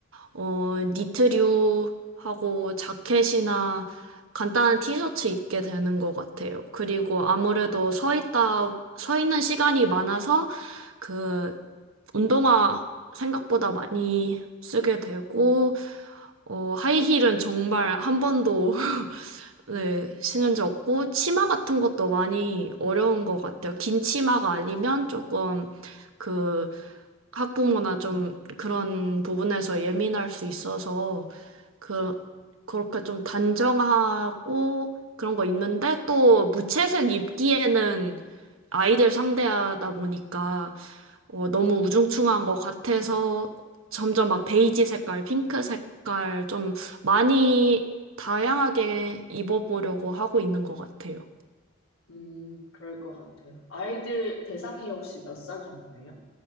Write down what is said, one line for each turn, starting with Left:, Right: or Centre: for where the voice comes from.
Right: 어 니트류하고 자켓이나 간단한 티셔츠 입게 되는 것 같아요. 그리고 아무래도 서 있다, 서 있는 시간이 많아서 그 운동화 생각보다 많이 쓰게 되고,
Left: 음.
Right: 어, 하이힐은 정말 한 번도 네, 신은없고 치마 같은 것도 많이 어려운 것 같아요. 긴 치마가 아니면 조금 그 학부모나 좀 그런 부분에서 예민할 수 있어서 그, 그렇게 좀 단정하고 그런 거 입는데 또 무채색 입기에는 아이들 상대하다 보니까 어, 너무 우중충한 것 같아서 점점 막 베이지 색깔, 핑크 색깔 좀 많이 다양하게 입어보려고 하고 있는 것 같아요.
Left: 음, 그럴 것 같아요. 아이들 대상이 혹시 몇 살 정도예요?